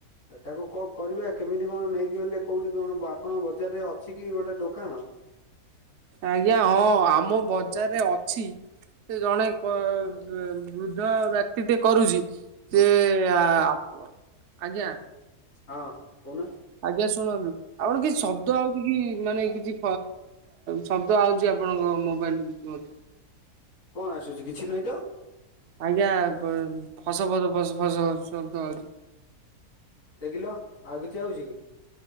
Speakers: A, on the left (about 55°); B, on the right (about 60°).
A: ଆଉ ତାକୁ କ କରିବା କେମିତି କଣ ନେଇକି ଗଲେ କୋଉଠି କଣ ଆପଣ ବଜାରରେ ଅଛି କି ଗୋଟେ ଦୋକାନ
B: ଆଜ୍ଞା ହଁ ଆମ ବଜାରରେ ଅଛି ସେ ଜଣେ ବୃଦ୍ଧ ବ୍ୟକ୍ତି ଟେ କରୁଛି
A: ହଁ
B: ସେ ଆଜ୍ଞା
A: ହଁ କହୁନ
B: ଆଜ୍ଞା ଶୁଣନ୍ତୁ ଆପଣ କିଛି ଶବ୍ଦ
A: ହଁ
B: ଆଉ ମାନେ କିଛି ଶବ୍ଦ ଆଉଛି ଆପଣଙ୍କ ମୋବାଇଲ ମେ ହ
A: କଣ ଆସୁଛି କିଛି ନହିଁ ତ
B: ଆଜ୍ଞା ଫସ ଫସ ଫସ ଫସ ଫ ସବୁ ହଉଛି
A: ଗୋ ଦେେ କିଲ ଆଉ କିଛି ଆଉଛି କି